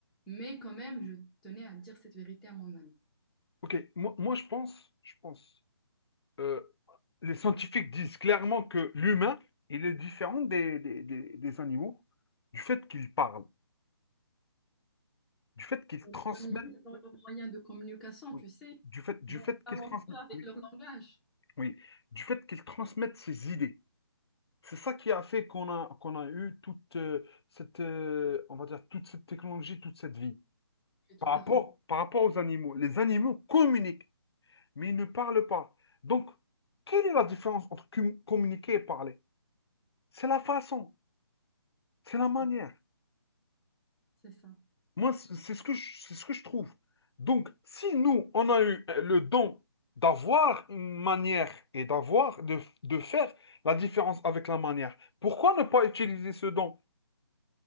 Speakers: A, in the centre; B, on the left.
A: Mais quand même, je tenais à dire cette vérité à mon ami.
B: Ok, moi, moi, je pense, je pense, euh, les scientifiques disent clairement que l'humain, il est différent des, des, des- des animaux du fait qu'il parle. du fait qu'ils
A: Les
B: transmettent,
A: animaux, ils ont leurs moyens de communication,
B: oui,
A: tu sais.
B: du fait, du
A: Bon,
B: fait
A: talentueux
B: qu'ils transmettent,
A: avec
B: oui,
A: leur langage.
B: oui, du fait qu'ils transmettent ces idées. C'est ça qui a fait qu'on a, qu'on a eu toute euh, cette, euh, on va dire, toute cette technologie, toute cette vie.
A: Je suis
B: Par
A: tout
B: rapport,
A: à fait,
B: par rapport aux animaux, les animaux communiquent, mais ils ne parlent pas. Donc, quelle est la différence entre com- communiquer et parler? C'est la façon, c'est la manière.
A: c'est c'est ça.
B: Moi, c'est c'est ce que je, c'est ce que je trouve. Donc, si nous, on a eu euh, le don d'avoir une manière et d'avoir, de, de faire la différence avec la manière, pourquoi ne pas utiliser ce don?